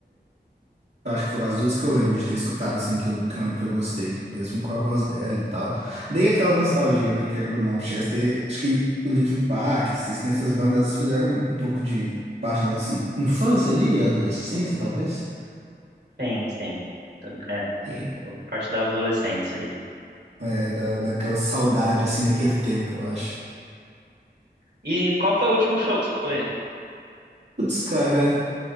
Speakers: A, on the right; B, on the right.
A: Eu acho que foram as duas que eu lembro de ter escutado, assim, que eu, que eu lembro que eu gostei, mesmo com a voz dela e tal. Dei aquela nostalgia, né, querendo ou não. Chester, acho que o Linkin Park, System, essas bandas, elas fizeram um, um pouco de parte da nossa infância ali, adolescência, talvez.
B: Sim, sim. Tam- É, é,
A: E,
B: parte da adolescência ali.
A: é, da, daquela saudade, assim, daquele tempo, eu acho.
B: E qual foi o último show que você foi?
A: Putz, cara.